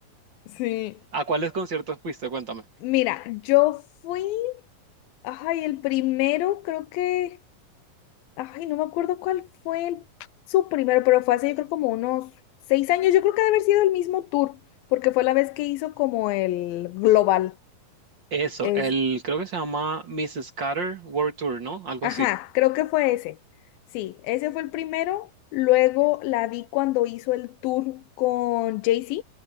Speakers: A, on the left; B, on the right.
A: Sí.
B: ¿A cuáles conciertos fuiste? Cuéntame.
A: Mira, yo fui, ay, el primero creo que, ay, no me acuerdo cuál fue el- su primero, pero fue hace yo creo como unos seis años, yo creo que debe haber sido el mismo tour, porque fue la vez que hizo como el global,
B: Eso,
A: es,
B: el creo que se llama Mrs. Carter World Tour, ¿no? Algo
A: ajá,
B: así.
A: creo que fue ese, sí, ese fue el primero, luego la vi cuando hizo el tour con Jay-Z,